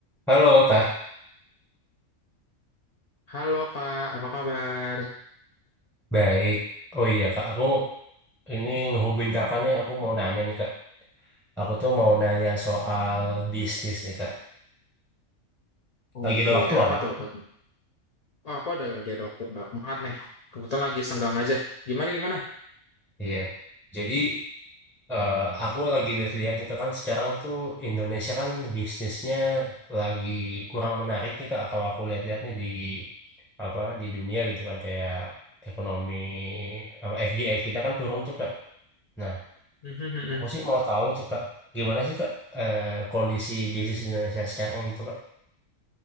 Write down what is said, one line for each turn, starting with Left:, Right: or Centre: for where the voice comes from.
Centre: Halo Kak,
Left: Halo Kak, apa kabar?
Centre: baik. Oh iya Kak, aku ini ngehubungin Kakak nih, aku mau nanya nih Kak. Aku tuh mau nanya soal bisnis nih Kak.
Left: Oke,
Centre: Lagi ada waktu nggak
Left: apa
Centre: Kak?
Left: tuh apa tuh? Wah, aku ada lagi ada waktu banyak banget nih. Kebetulan lagi senggang aja. Gimana gimana?
Centre: Iya. Jadi eh, aku lagi lihat nih Kak, kan sekarang tuh Indonesia kan bisnisnya lagi kurang menarik nih Kak. Kalau aku lihat-lihat nih di apa di dunia gitu kan kayak ekonomi apa, FDI kita kan turun tuh Kak. Nah,
Left: Mhm, mhm.
Centre: aku sih mau tahu tuh Kak, gimana sih Kak eh, kondisi bisnis Indonesia sekarang gitu Kak?